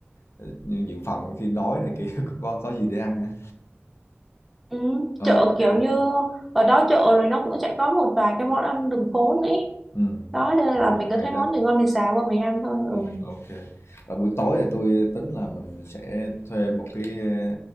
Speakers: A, on the left; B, in the centre.
A: ờ, dự phòng khi đói này kia <laughs> có có gì để ăn hả?
B: Ừ,
A: OK,
B: chợ
A: kê.
B: kiểu như ở đó chợ rồi nó cũng sẽ có một vài cái món ăn đường phố nữa. ý.
A: Ừm. Ừ,
B: Đó cho nên
A: Rồi
B: là mình
A: cũng
B: cứ
A: hay
B: thấy
A: đó.
B: món gì ngon mình xào vào mình ăn thôi. Ừ.
A: Ừm, ô kê. Ờ, buổi tối thì tôi tính là mình sẽ thuê một cái, ờ,